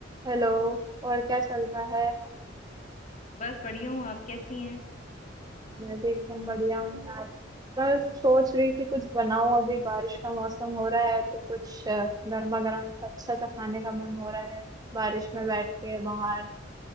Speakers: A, on the right (about 20°); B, on the left (about 40°).
A: Hello और क्या चल रहा है
B: बस बढ़िया हूँ आप कैसी हैं
A: मैं भी एकदम बढ़िया हूँ यार बस सोच रही थी कुछ बनाऊं अभी बारिश का मौसम हो रहा है तो कुछ गर्मा गर्म ऐसा अच्छा सा खाने का मन हो रहा है बारिश में बैठ के बाहर